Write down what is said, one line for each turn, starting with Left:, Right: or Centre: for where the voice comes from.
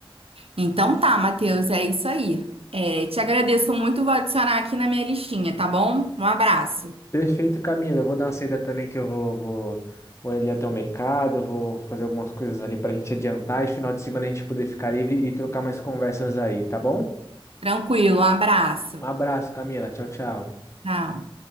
Right: Então tá, Matheus, é isso aí. É, te agradeço muito, vou adicionar aqui na minha listinha, tá bom? Um abraço.
Left: Perfeito, Camila. Eu vou dar uma saída também que eu vou, vou, vou ali até o mercado, vou fazer algumas coisas ali pra gente adiantar e final de semana a gente poder ficar livre e trocar mais conversas aí, tá bom?
Right: Tranquilo, um abraço.
Left: Um abraço, Camila. Tchau, tchau.
Right: Tchau.